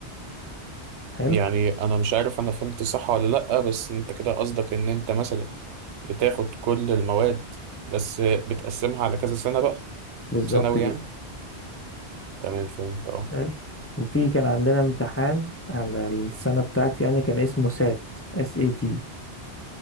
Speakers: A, on the left (about 20°); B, on the right (about 85°).
A: حلو
B: يعني انا مش عارف انا فهمت صح ولا لا بس انت كده قصدك ان انت مثلا بتاخد كل المواد بس بتقسمها على كذا سنه بقى
A: بالظبط
B: ثانوي
A: كده
B: يعني تمام فهمت اه
A: حلو وفي كان عندنا امتحان على السنة بتاعتي يعني كان اسمه سات اس اي تي